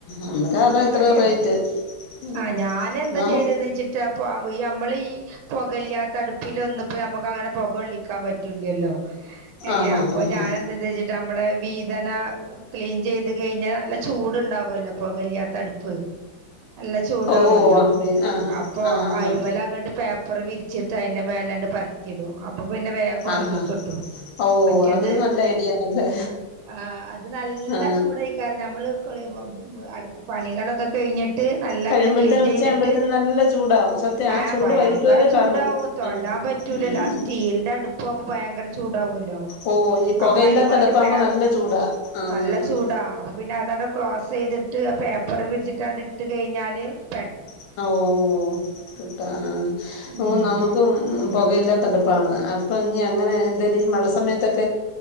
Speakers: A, on the left; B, on the right.
A: അന്നേരം
B: നല്ല
A: അതാ ഇത്ര
B: പണിയാണ്
A: റേറ്റ് ഉം
B: ആഹ് ഞാൻ എന്താ
A: നമ
B: ചെയ്തി <unintelligible> നമ്മള ഈ പുകില്ലാത്തടുപ്പില ഒന്നിപ്പോ നമുക്ക് അങ്ങനെ പുകള്ളിക്കാൻ പറ്റൂല്ലല്ലോ? ഏഹ്
A: ആ ആ
B: അപ്പൊ
A: ആ
B: ഞാൻെന്താ
A: ആ
B: വെച്ചിട്ട് നമ്മളെ വീതന ക്ലീൻ ചെയ്ത് കഴിഞ്ഞാൽ നല്ല ചൂടുണ്ടാവല്ലോ പുകല്ലാത്തടുപ്പ്. നല്ല ചൂടാവല്ലോ
A: ഓ ആ ആ
B: അപ്പൊ
A: ആ
B: അയിമല
A: ആ
B: അങ്ങ് പേപ്പർ വിരിച്ചിട്ട് അതിന്റെ മേലാണ്ട് പരത്തിടും അപ്പൊ പിന്നെ വേഗം
A: ആ
B: ഉണങ്ങി
A: ആ
B: കിട്ടും.
A: ഓ
B: മറ്റേത്
A: അതൊരു നല്ല ഐഡിയ ആണല്ലേ
B: ആഹ് അത് നല്ല
A: ആ
B: ചൂട് ആക്കേറും നഞമ്മള് <unintelligible> പണികളൊക്കെ കഴിഞ്ഞിട്ട് നല്ലഅങ്ങട്ട്
A: കഴിയുമ്പോഴത്തേനും
B: ക്ലീൻ ചെയ്തിട്ട്
A: ഉച്ചയാകുമ്പോഴത്തേനും നല്ല ചൂടാവും സത്യം ആ
B: ആഹ്
A: ചൂട്
B: ഭയങ്കര
A: വൈകിട്ട് വരെ
B: ചൂടാവും
A: കാണും
B: തൊടാൻ
A: ഉം
B: പറ്റൂല
A: ഉം
B: ലാസ്റ്റീൽ സ്റ്റീൽലിന്റെ അടുപ്പ് ആവുമ്പോ ഭയങ്കര ചൂടാവല്ലോ?
A: ഓ ഈ പുകയില്ലാത്ത
B: അപ്പൊ അയിമണ്ട്
A: അടുപ്പാകുമ്പോ
B: പേ
A: നല്ല ചൂടാ ആഹ്
B: നല്ല ചൂടാ പിന്നെ അതാണ്ട് ക്ലോസ് ചെയ്തിട്ട് പേപ്പറ് വിരിച്ചിട്ടാണ്ട് ഇട്ട് കഴിഞ്ഞാല് പെ
A: <unintelligible> ഓഹ്
B: ഉം
A: നമ്മുക്കും ഉം പുകയില്ലാത്തടുപ്പാണ് അപ്പൊ ഇനി അങ്ങനെ എന്താലും ഈ മഴ സമയത്തൊക്ക